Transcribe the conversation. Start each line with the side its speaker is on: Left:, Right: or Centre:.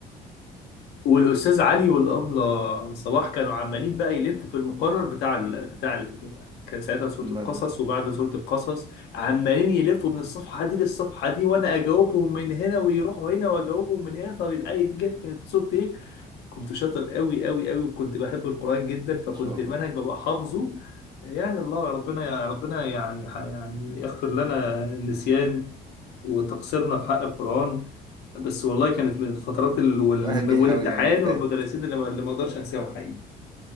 Left: والاستاذ علي والابله صباح كانوا عمالين بقى يلفوا في المقرر بتاع ال... بتاع ال... كان ساعتها سورة
Right: ما
Left: القصص وبعد سورة القصص عمالين يلفوا من الصفحة دي للصفحة دي وأنا أجاوبهم من هنا ويروحوا هنا وأجاوبهم من هنا طب الآية دي جت كانت في سورة إيه؟ كنت شاطر قوي قوي قوي وكنت بحب القرآن جدا فكنت
Right: ما شاء
Left: المنهج ببقى حافظه يعني الله ربنا يا ربنا يعني يعني
Right: الله
Left: يغفر لنا النسيان وتقصيرنا في حق القرآن بس والله كانت من الفترات ال- وال-
Right: الواحد بيحاول
Left: والامتحان
Right: يعني بيجتهد
Left: والمدرسين اللي ما اللي ما اقدرش انساهم حقيقي